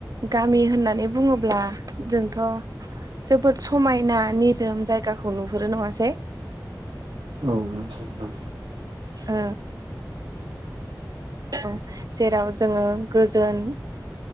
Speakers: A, on the right; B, on the right.
A: गामि होननानै बुङोब्ला जोंथ' जोबोद समायना निजोम जायगाखौ नुहुरो नङासै।
B: औ नंगौ नोंथां
A: ओ औ जेराव जोङो गोजोन